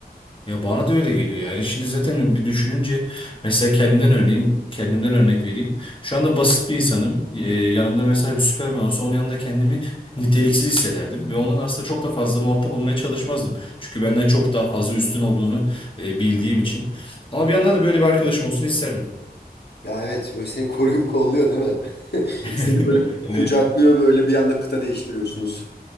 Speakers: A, on the left; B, on the left.
A: Ya bana da öyle geliyor yani. Şimdi zaten bir düşününce mesela kendimden örneğim, kendimden örnek vereyim. Şu anda basit bir insanım. Ee, yanımda mesela bir Süperman olsa onun yanında kendimi niteliksiz hissederdim ve onun aslında çok da fazla muhatap olmaya çalışmazdım. Çünkü benden çok daha fazla üstün olduğunu e, bildiğim için. Ama bir yandan da böyle bir arkadaşım olsun isterdim.
B: Ya evet böyle seni koruyup kolluyor değil mi? <laughs>
A: <laughs>
B: Seni böyle
A: Evet.
B: kucaklıyor böyle bir anda kıta değiştiriyorsunuz.